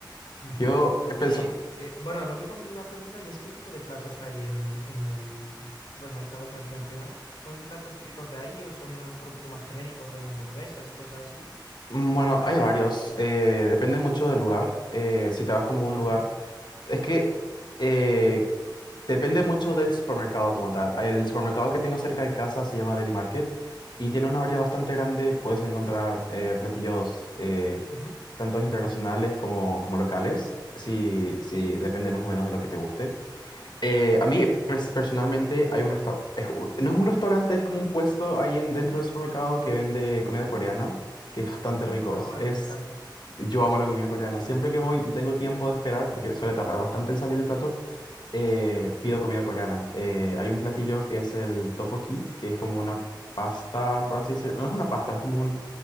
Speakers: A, on the left (about 80°); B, on the left (about 65°).
A: ujú.
B: Yo eh,
A: Y,
B: pienso,
A: eh, bueno, lo único, una pregunta y es ¿qué tipo de platos hay en, en el supermercado que has mencionado? ¿Son platos típicos de ahí o son a lo mejor un poco más genéricos, rollo hamburguesas y cosas así?
B: mm, bueno, hay varios. eh, depende mucho del lugar. eh, si te vas como a un lugar.
A: Ujú,
B: Es que eh, depende mucho del supermercado como tal. El supermercado que tengo cerca de casa se llama Deli Market y tiene una variedad bastante grande. Puedes encontrar eh, platillos eh,
A: ujú,
B: tantos internacionales como, como locales. Si, si
A: Sí.
B: depende más o menos de lo que te guste. Eh, a mí pers- personalmente hay un restaurante, no es un restaurante, es como un puesto ahí en, dentro del supermercado que vende comida coreana, que es bastante rico.
A: Ay,
B: Es, es-
A: me encanta.
B: yo amo la comida coreana. Siempre que voy y tengo tiempo de esperar, porque suele tardar bastante en salir el plato, eh, pido comida coreana. Eh, hay un platillo que es el tteokbokki, que es como una pasta, por así decirlo. No es una pasta, es como un,